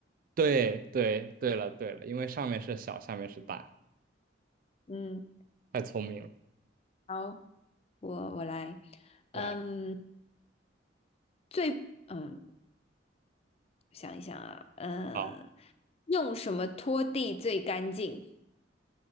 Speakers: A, on the right (about 50°); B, on the left (about 30°).
A: 对对对了对了，因为上面是小，下面是大，
B: 嗯，
A: 太聪明了。
B: 好。我我来，
A: 来，
B: 嗯，最嗯，想一想啊，嗯，
A: 好，
B: 用什么拖地最干净？